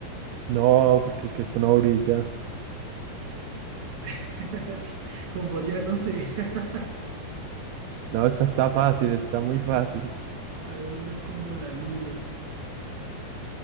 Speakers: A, on the right; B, on the right.
A: No, porque el queso no brilla.
B: <laughs> Es que como ya no sé. <laughs>
A: No, esta está fácil, está muy fácil.
B: Redondo como la luna.